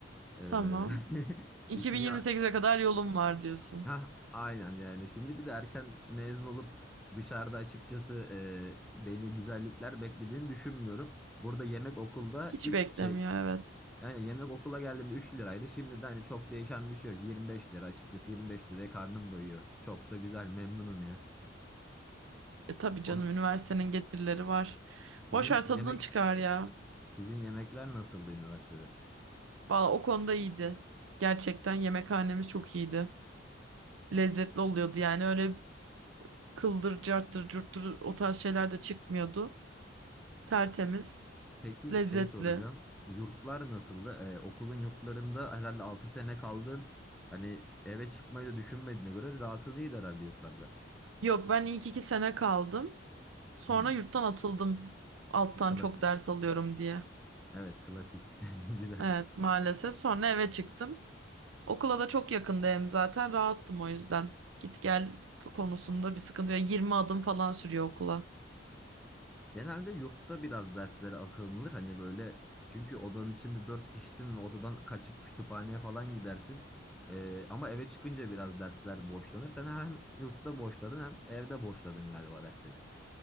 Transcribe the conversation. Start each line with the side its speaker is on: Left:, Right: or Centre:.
Centre: E,
Right: Tamam.
Centre: <laughs>
Right: 2028'e
Centre: 2000
Right: kadar yolum var diyorsun.
Centre: ha aynen yani şimdi bir de erken mezun olup dışarıda açıkçası e, beni güzellikler beklediğini düşünmüyorum. Burada yemek okulda
Right: Hiç
Centre: 3
Right: beklemiyor
Centre: şey
Right: evet.
Centre: yani yemek okula geldiğimde üç liraydı. Şimdi de hani çok değişen bir şey yok. 25 lira açıkçası 25 liraya karnım doyuyor. Çok da güzel memnunum ya.
Right: E tabii
Centre: Onu
Right: canım üniversitenin getirileri var.
Centre: sizin
Right: Boş ver
Centre: yemek
Right: tadını çıkar ya.
Centre: Sizin yemekler nasıldı üniversitede?
Right: Valla o konuda iyiydi. Gerçekten yemekhanemiz çok iyiydi. Lezzetli oluyordu yani öyle kıldır carttır curttur o tarz şeyler de çıkmıyordu. Tertemiz,
Centre: Peki
Right: lezzetli.
Centre: şey soracağım. Yurtlar nasıldı? Ee, okulun yurtlarında herhalde 6 sene kaldın. Hani eve çıkmayı da düşünmediğine göre rahatın iyiydi herhalde yurtlarda.
Right: Yok ben ilk iki sene kaldım. Sonra
Centre: Hmm,
Right: yurttan atıldım. Alttan
Centre: klasik.
Right: çok ders alıyorum diye.
Centre: Evet klasik. <laughs> Güzel.
Right: Evet maalesef. Sonra eve çıktım. Okula da çok yakındı hem zaten. Rahattım o yüzden. Git gel konusunda bir sıkıntı yok. 20 adım falan sürüyor okula.
Centre: Genelde yurtta biraz derslere asılınır. Hani böyle çünkü odanın içinde 4 kişisin ve odadan kaçıp kütüphaneye falan gidersin. Ee, ama eve çıkınca biraz dersler boşlanır. Sen hem yurtta boşladın hem evde boşladın galiba dersleri.